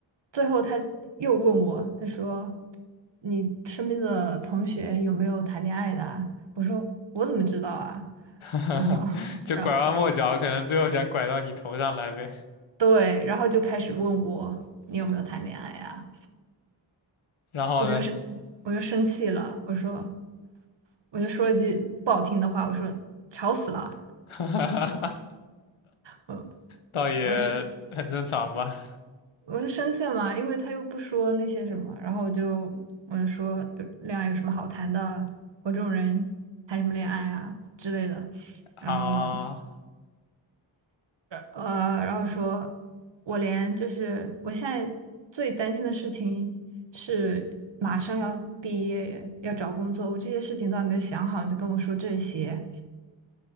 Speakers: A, on the right; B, on the left.
A: 最后他又问我，他说：“你身边的同学有没有谈恋爱的啊？”我说：“我怎么知道啊？”
B: <laughs>
A: 然后，
B: 就拐弯抹角，
A: 然后
B: 可能最后想拐到你头上来呗。
A: 对，然后就开始问我你有没有谈恋爱啊？
B: 然后呢，
A: 我就是我就生气了，我说我就说了一句不好听的话，我说吵死了，
B: <laughs>
A: 我
B: 倒也很正常吧。
A: 我是我就生气了嘛，因为他又不说那些什么，然后我就我就说就恋爱有什么好谈的？我这种人谈什么恋爱啊之类的。
B: 啊，
A: 然后呃，然后说，我连就是我现在最担心的事情是马上要毕业，要找工作，我这些事情都还没有想好，你就跟我说这些